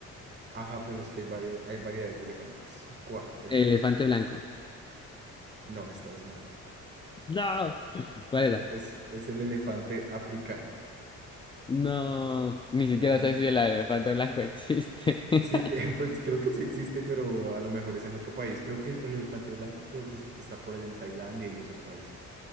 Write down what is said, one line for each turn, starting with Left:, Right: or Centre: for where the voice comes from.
Right: Ajá, pero es que hay varias, hay variedades de elefantes. ¿Cuál elefante?
Left: Elefante blanco.
Right: No, estás mal.
Left: No, ¿cuál era?
Right: No, es, es el elefante africano.
Left: No, ni siquiera
Right: Ujú.
Left: sé si el elefante blanco existe. <laughs>
Right: Sí, <laughs> pues creo que sí existe, pero a lo mejor es en otro país. Creo que el elefante blanco creo que es el que está por allá en Tailandia y esos países.